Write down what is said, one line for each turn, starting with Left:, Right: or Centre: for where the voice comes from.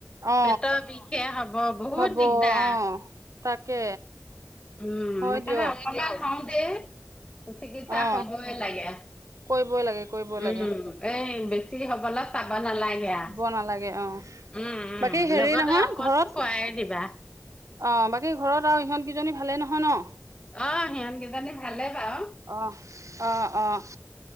Right: অ
Left: পেটৰ বিষহে হব, বহুত
Right: হ'ব
Left: দিগদাৰ।
Right: অ তাকে।
Left: উম,
Right: হয়
Left: সেইকাৰণে
Right: দিয়ক
Left: অকমান হওতেই চিকিৎসা
Right: অ
Left: কৰিবগে লাগে।
Right: কৰিবই লাগে কৰিবই লাগে
Left: উম, এই বেছি হ'বলে চাব নালাগ বেয়া
Right: দিব নালাগে অ
Left: উম-উম
Right: বাকী হেৰি
Left: লগতে
Right: নহয়
Left: ঔষধটো
Right: ঘৰত
Left: খোৱাইৱে দিবা।
Right: অ, বাকী ঘৰত আৰু ইহঁতগিজনী ভালেই নহয় ন'
Left: অ', সিহঁত গিজনি ভালে বাউ
Right: অ', অ', অ'